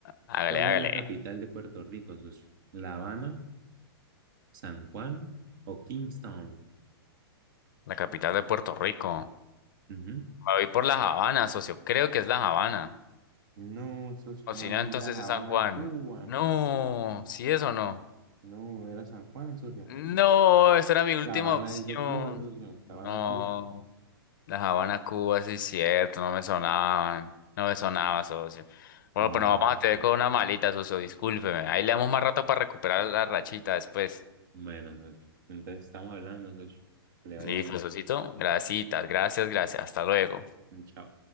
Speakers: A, on the left (about 55°); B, on the right (about 55°).
A: Hágale,
B: ¿Cuál
A: hágale.
B: es la capital de Puerto Rico, socio? ¿La Habana, San Juan o Kingstown?
A: La capital de Puerto Rico.
B: Ujú.
A: Me voy por La Habana, socio. Creo que es La Habana.
B: No, socio,
A: O
B: ¿cómo
A: si
B: decir
A: no, entonces
B: La
A: es
B: Habana,
A: San Juan.
B: Cuba?
A: No, ¿sí es o no?
B: No, era San Juan, socio.
A: No, esa era mi última
B: La Habana
A: opción.
B: es de Cuba, socio.
A: No.
B: La Habana, Cuba.
A: La Habana, Cuba, sí es cierto, no me sonaban, no me sonaba, socio. Bueno,
B: No,
A: pues nos vamos a tener con una malita, socio, discúlpeme. Ahí le damos más rato para recuperar la rachita después.
B: bueno, socio. Entonces estamos hablando, socio. Que le vaya
A: Listo,
B: bien.
A: Dale. socito. Gracias, gracias, gracias. Hasta luego.
B: Chao.